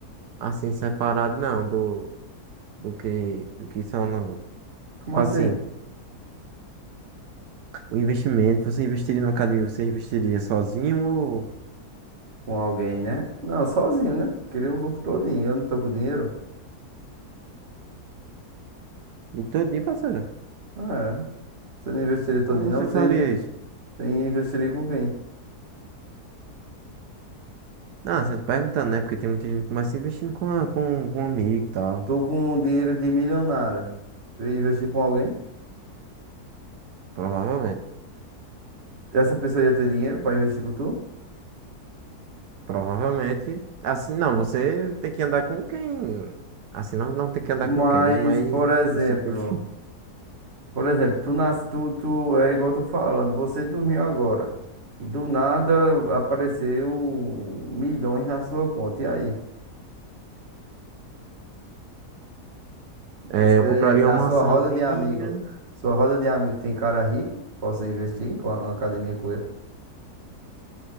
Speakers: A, on the right (about 80°); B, on the right (about 45°).
A: assim separado, não, do, do que, do que são. Não.
B: Como
A: Tipo
B: assim?
A: assim, o investimento, você investiria na academia, você investiria sozinho ou
B: Com alguém, né? Não, sozinho, né? Queria o lucro todinho. Eu não tô com dinheiro?
A: e todinho, parceiro?
B: Ah, é. Você não investiria todinho,
A: Como você
B: não? Você,
A: faria
B: inve...
A: isso?
B: você investiria com quem?
A: Não, assim, eu tô perguntando, né? Porque tem muita gente que começa investindo com, a- com, com um amigo e tal.
B: Tô com um dinheiro de milionário. Tu ia investir com alguém?
A: Provavelmente.
B: Essa pessoa ia ter dinheiro pra investir com tu?
A: Provavelmente. Assim, não, você tem que andar com quem. Assim, não, não tem que andar
B: Mas,
A: com quem, né? Mas
B: por exemplo...
A: você tem que. <laughs>
B: Por exemplo, tu, nas... tu, tu... É igual eu tô falando. Você dormiu agora. E do nada apareceu milhões na sua conta. E aí?
A: É,
B: Você,
A: eu compraria
B: a
A: uma
B: sua
A: mansãozinha.
B: roda de amigo, sua roda de amigo tem cara rico? Posso investir com a, uma academia com ele?